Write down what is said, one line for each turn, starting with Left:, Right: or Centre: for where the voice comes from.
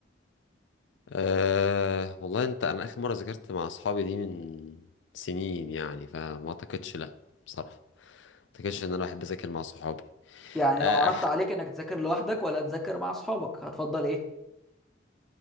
Left: أه والله انت انا اخر مره ذاكرت مع اصحابي دي من سنين يعني فما اعتقدش لا بصراحه ما اعتقدش ان انا بحب اذاكر مع صحابي
Centre: يعني
Left: أه
Centre: لو عرضت
Left: أح...
Centre: عليك انك تذاكر لوحدك ولا تذاكر مع اصحابك هتفضل ايه